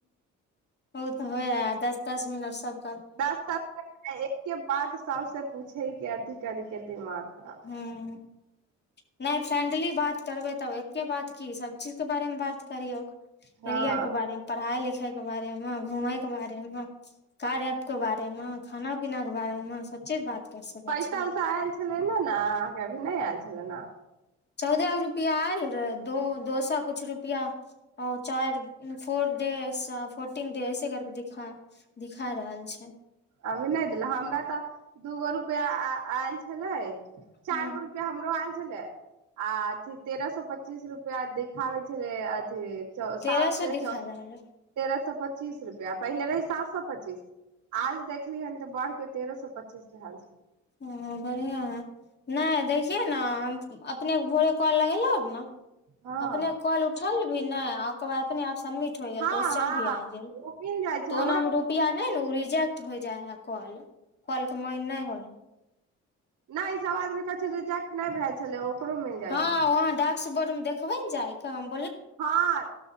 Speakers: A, on the left (about 35°); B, on the right (about 80°).
A: बहु त होइ हइ दस दस मिनट सब
B: दस दस एकके बात सब से पूछे ह कथ कदी क दिमार खराब भएत
A: हूँ नहि फ्रेंडली बात करबे तब एके बात की सब चीज के बारे मे बात करीौ
B: हँ
A: एरके बार पइल देखे के बारे मे घूमय के बारे मे कार्य के बारेमे खाना पीनाके बारेमे सभचीज बात करि सकै
B: पैसा
A: छियै
B: उसा आयल छलै ने ने अहाँके अभी नहि आयल छलै ने
A: चौदह रुपआ आय दो दो सए कुछु रुपआ चार फोर डेज फोर्टीन डेज ऐसे करके दा दिखा रहल छै
B: अभी नहि देल हमरा तऽ दूगो रुपआ आयल छलै चारगो
A: ह
B: रुपआ हमरो आाल छै छल आ अथ तेरह सए पच्चीस रुपआ देखाबै छलै अथी
A: तेरह
B: सात
A: सौ
B: से
A: दिखा
B: च
A: रहल है
B: तेरह सए पच्चीस रुपैआ पहिले रहै सात सए पच्चीस आज देखली हन बढ़ के तेरह सए पच्चीस के हाल छै
A: ओ बढ़िआँ है नहि देखियै ने हम अपनेके भोरे कल लगेलहु ने
B: हँ
A: अपने कॉल उठेलहुँ भ नहि आकर इतनी सँ समिट होईया
B: हँ
A: कोहचन
B: हँ
A: भी आएगेल
B: ओ मिल जाइ छै हमरो
A: नहि ने ओ रिजेक्ट होइ जाइ हँ कॉल कॉलक मैइन नहि होय
B: नहि सब आदमी कहै छै रिजेक्ट नहि भए छलै ओकरो मिल जाइ
A: हँ
B: छलै
A: वहाँ डाक्स बोर्ड मे देखबे ने चाहि काम
B: हँ